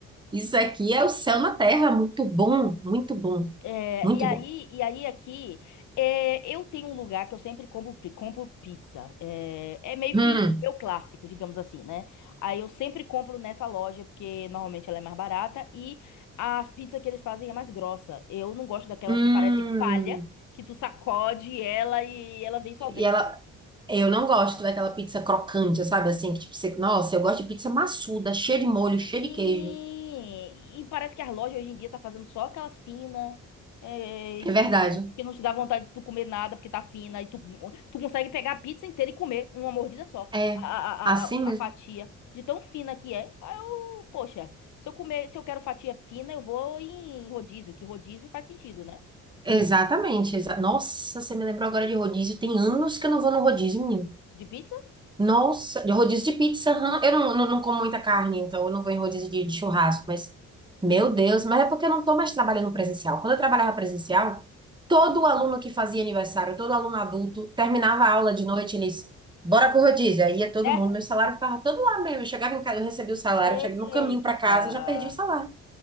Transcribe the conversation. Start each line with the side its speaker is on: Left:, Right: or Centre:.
Right: Isso aqui é o céu na terra, muito bom, muito bom,
Left: É,
Right: muito
Left: e aí,
Right: bom.
Left: e aí aqui, é, eu tenho um lugar que eu sempre compro, pi- compro pizza. É, é meio
Right: Hum,
Left: que meu clássico, digamos assim, né? Aí eu sempre compro nessa loja, porque normalmente ela é mais barata e as pizzas que eles fazem é mais grossa. Eu não gosto daquelas
Right: hum.
Left: que parecem palha, que tu sacode ela e ela vem só
Right: E
Left: vento.
Right: ela, eu não gosto daquela pizza crocante, sabe? Assim, que tipo, você, nossa, eu gosto de pizza maçuda, cheia de molho, cheia de
Left: Sim,
Right: queijo.
Left: e parece que as lojas hoje em dia tá fazendo só aquelas finas, é, que,
Right: É verdade.
Left: que não te dá vontade de tu comer nada porque tá fina, e tu, tu consegue pegar a pizza inteira e comer uma mordida só,
Right: É,
Left: a, a,
Right: assim
Left: a,
Right: mesmo.
Left: a a fatia, de tão fina que é. Aí eu, poxa, se eu comer, se eu quero fatia fina, eu vou em rodízio, que rodízio faz sentido, né?
Right: Exatamente. exa- nossa, você me lembrou agora de rodízio. Tem anos que eu não vou no rodízio, menino.
Left: De pizza?
Right: Nossa, de rodízio de pizza, aham. Eu não, não, não como muita carne, então eu não vou em rodízio de, de churrasco, mas, meu Deus, mas é porque eu não tô mais trabalhando presencial. Quando eu trabalhava presencial,
Left: Hum.
Right: todo aluno que fazia aniversário, todo aluno adulto, terminava a aula de noite, eles, bora pro rodízio. Aí ia todo
Left: <laughs>
Right: mundo, meu salário ficava todo lá mesmo. Eu chegava em casa, eu recebia o salário,
Left: É.
Right: eu chegava
Left: Eita.
Right: no caminho pra casa, eu já perdi o salário,